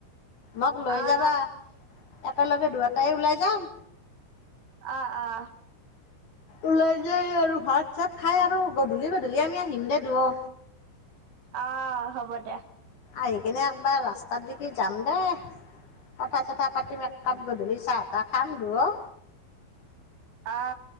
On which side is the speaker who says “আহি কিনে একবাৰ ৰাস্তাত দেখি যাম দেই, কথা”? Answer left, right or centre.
Left